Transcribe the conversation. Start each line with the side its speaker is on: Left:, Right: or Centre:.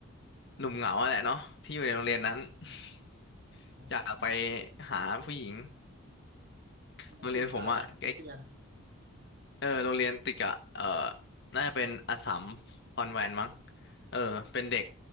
Left: หนุ่มเหงาอะแหละเนาะที่อยู่ในโรงเรียนนั้น <laughs>
Right: โอ้ย
Left: อยากไปหาผู้หญิง
Right: มันติดตาอะไรคิดเตือน
Left: โรงเรียนผมอะใกล้เออโรงเรียนติดกับเออน่าจะเป็นอัสสัมคอนแวนต์มั้งเออเป็นเด็ก